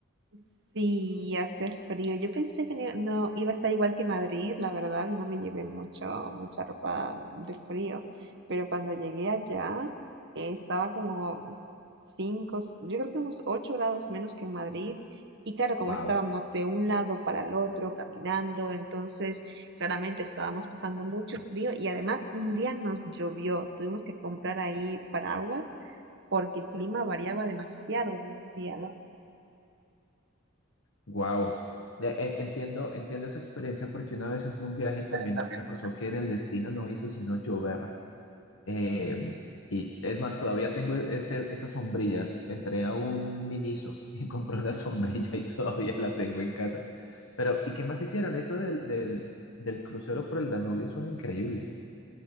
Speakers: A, on the right; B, on the left.
A: sí hace frío. Yo pensé que no, no iba a estar igual que Madrid, la verdad, y no me llevé mucho, mucha ropa de frío. Pero cuando llegué allá, eh, estaba como cinco, yo creo que unos 8 grados menos que en Madrid. Y claro, como
B: Wow.
A: estábamos de un lado para el otro caminando, entonces claramente estábamos pasando mucho frío y además un día nos llovió. Tuvimos que comprar ahí paraguas porque el clima variaba demasiado de un día al
B: Wow. Entiendo, entiendo esa experiencia porque una vez en un viaje también
A: también.
B: me pasó que el destino no hizo sino llover. Eh, y es más, todavía tengo ese, esa sombrilla. Entré a un Miniso <laughs> y compré una sombrilla y todavía la tengo en casa. Pero, ¿y qué más hicieron? Eso del, del, del crucero por el Danubio es un increíble.